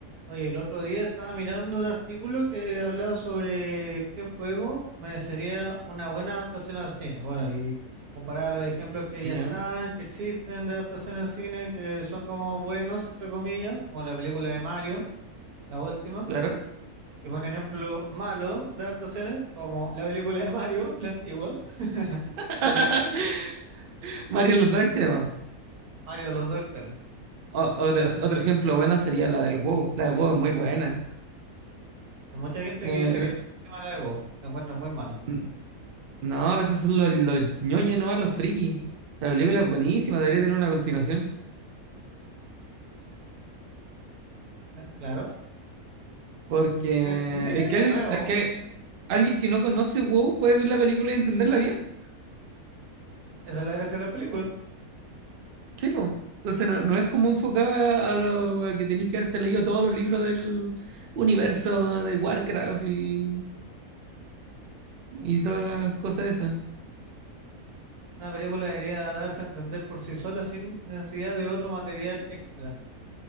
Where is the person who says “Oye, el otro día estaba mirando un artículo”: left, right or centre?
Right